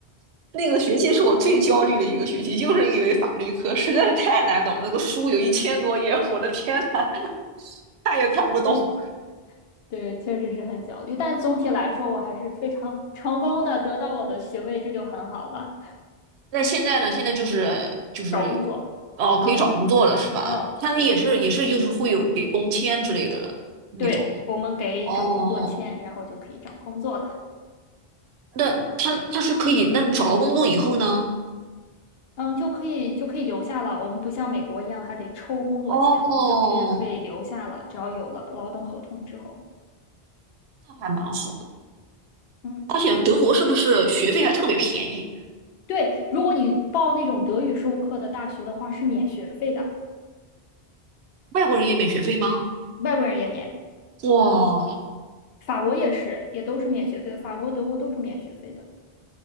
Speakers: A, on the right (about 85°); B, on the left (about 70°).
A: 那个学期是我最焦虑的一个学期，就是因为法律课实在是太难懂，那个书有一千多页，我的天呐，看也看不懂。
B: 对对，确实是很焦虑。但总体来说，我还是非常成功的得到我的学位，这就很好了。
A: 那现在呢？现在就是就是，
B: 找工作，
A: 哦，可以找工作了是吧？
B: 嗯嗯，
A: 他们也是也是就是会有给工签之类的那种。
B: 对我们对我们给找工作签，
A: 哦，
B: 然后就可以找工作了。
A: 那他他是可以，那找到工作以后呢？
B: 嗯，就可以就可以留下了。我们不像美国一样还得抽工作签，
A: 哦，
B: 我们就直接可以留下了。只要有了劳动合同之后，
A: 那还蛮好的。
B: 嗯，
A: 而且德国是不是学费还特别便宜？
B: 对，如果你报那种德语授课的大学的话，是免学费的，
A: 外国人也免学费吗？
B: 外国人也免，
A: 哇
B: 法国也是，也都是免学费的，法国、德国都是免学费的。